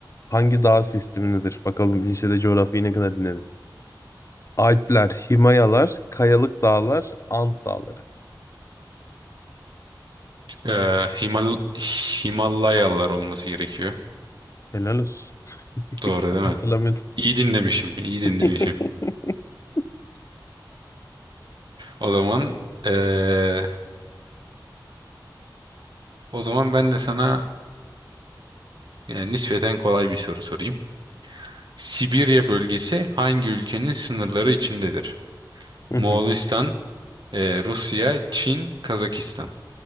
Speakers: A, on the left (about 40°); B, on the right (about 65°).
A: Hangi dağ sistemindedir? Bakalım lisede coğrafyayı ne kadar dinledin. Alpler, Himayalar, Kayalık Dağlar, Ant Dağları.
B: Ee, Himal Himalayalar olması gerekiyor.
A: Helal olsun.
B: Doğru değil
A: Hatırlamıyorum
B: mi? İyi dinlemişim. İyi dinlemişim.
A: <laughs>
B: <laughs> O zaman ee, O zaman ben de sana e, nispeten kolay bir soru sorayım. Sibirya bölgesi hangi ülkenin sınırları içindedir?
A: Hı
B: Moğolistan,
A: hı.
B: e, Rusya, Çin, Kazakistan.